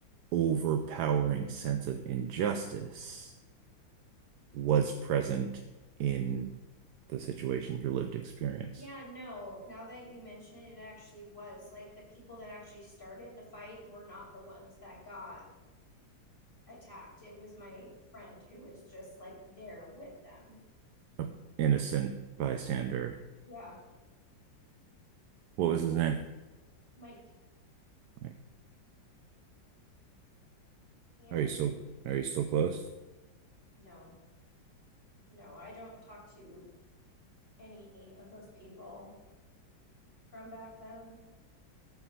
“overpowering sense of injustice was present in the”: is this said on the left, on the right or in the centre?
Right